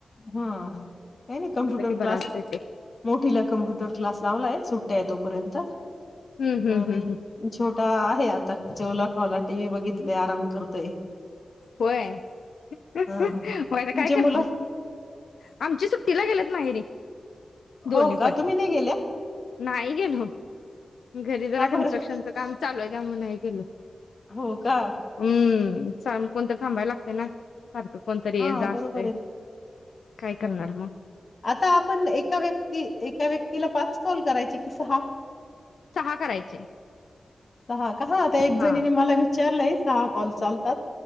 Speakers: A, on the left; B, on the left.
A: हा कायं नाही कम्प्युटर
B: की बरं
A: क्लास
B: असतंय ते
A: मोठीला कम्प्युटर क्लास लावलाय सुट ट्टी आहे तोपर्यंत आणि
B: हम्म हम्म हम्म हम्म
A: छोटा आहे आता जेवला खावला टी व्ही बघितले आराम करतोय.
B: होय व्हयं
A: हा
B: आता
A: तुमचे
B: काय करतील.
A: मुलं
B: आमच्या सुट्टीला गेलेत माहेरी दोन्ही
A: हो का
B: पण
A: तुम्ही नाही गेल्या
B: नाही गेलो घरी जरा
A: का
B: कनस्ट्रक्शनच
A: बरं
B: काम चालू आहे त्यामुळे नाही गेलोत.
A: हो का.
B: हम्म कोणतरी थांबायला लागतयं ना. कोणतरी
A: हा
B: ये जा असतंय
A: बरोबर आहे ना
B: काय करणार मग
A: आता आपण एका व्यक्ती एका व्यक्तीला पाच कॉल करायचे कि सहा?
B: सहा करायचे.
A: सहा का एक जणीने
B: हा
A: मला विचारलंय. सहा कॉल चालतात.